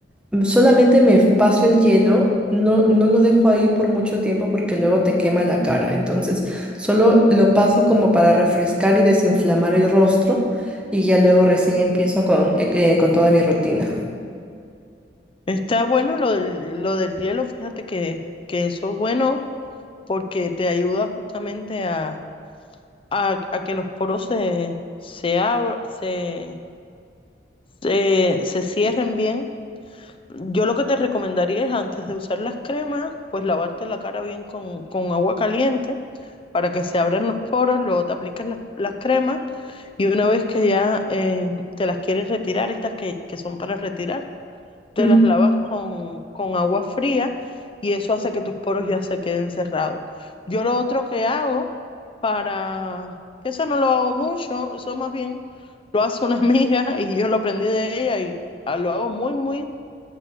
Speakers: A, in the centre; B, on the left.
A: m- solamente me paso el hielo, no, no lo dejo ahí por mucho tiempo porque luego te quema la cara, entonces solo lo paso como para refrescar y desinflamar el rostro y ya luego recién empiezo con, eh, eh, con toda mi rutina.
B: Está bueno lo del, lo del hielo. Fíjate que, que eso es bueno porque te ayuda justamente a a, a que los poros se, se, abr- se, se, se cierren bien. Yo lo que te recomendaría es antes de usar las cremas, pues lavarte la cara bien con, con agua caliente para que se abran los poros, luego te aplicas las, las cremas y una vez que ya eh, te las quieres retirar, estas que, que son para retirar, te
A: Ujú,
B: las lavas con, con agua fría y eso hace que tus poros ya se queden cerrados. Yo lo otro que hago para, que eso no lo hago mucho, eso más bien lo hace una <laughs> amiga y yo lo aprendí de ella y ah, lo hago muy, muy